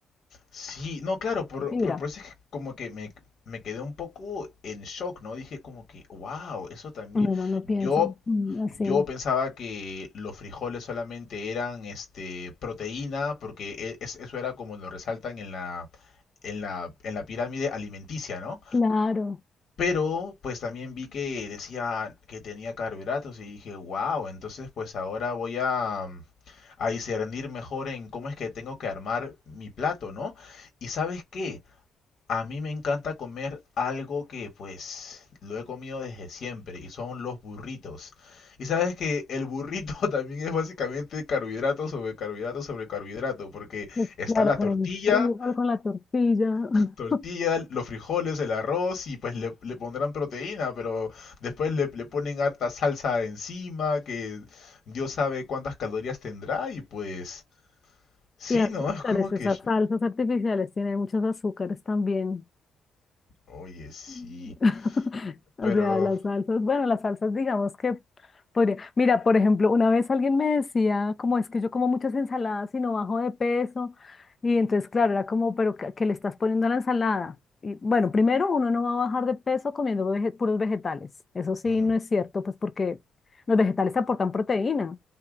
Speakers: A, on the left; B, on the left.
A: sí, no, claro, por,
B: y fibra.
A: por, por eso es que como que me, me quedé un poco en shock, ¿no? Dije como que, wow, eso también.
B: Uno no lo piensa
A: Yo,
B: mm, así.
A: yo pensaba que los frijoles solamente eran este, proteína, porque e- es- eso era como lo resaltan en la, en la, en la pirámide alimenticia, ¿no?
B: Claro,
A: Pero pues también vi que decía que tenía carbohidratos y dije, wow, entonces pues ahora voy a, mm, a discernir mejor en cómo es que tengo que armar mi plato, ¿no? Y sabes qué, a mí me encanta comer algo que pues lo he comido desde siempre y son los burritos. Y sabes que el burrito <laughs> también es básicamente carbohidrato sobre carbohidrato sobre carbohidrato, porque
B: pues,
A: está
B: claro,
A: la
B: con
A: tortilla,
B: el frijol, con la tortilla. <laughs>
A: tortilla, los frijoles, el arroz y pues le, le pondrán proteína, pero después le, le ponen harta salsa encima, que Dios sabe cuántas calorías tendrá y pues sí,
B: Y azúcares,
A: ¿no? <laughs> Es como que...
B: esas
A: sh-
B: salsas artificiales tienen muchos azúcares también.
A: Oye, sí,
B: <laughs> O
A: pero...
B: sea, las salsas, bueno, las salsas digamos que podría. Mira, por ejemplo, una vez alguien me decía, como es que yo como muchas ensaladas y no bajo de peso, y entonces, claro, era como, pero ¿qué, qué le estás poniendo a la ensalada? Y bueno, primero, uno no va a bajar de peso comiendo vege- puros vegetales. Eso sí,
A: ujú,
B: no es cierto, pues porque los vegetales te aportan proteína,